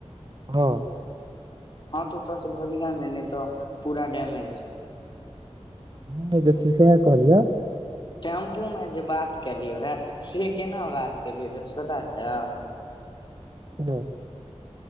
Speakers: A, on the right; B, on the left.
A: हँ
B: हँ तऽ ओतऽस भगिहे नै नहि तऽ पूरा डैमेज
A: नहि जेथै सेहा कहलिय
B: टेम्पू में जे बात केलियो रहे से केना बात केलियै रहे से पता छौ
A: <unintelligible>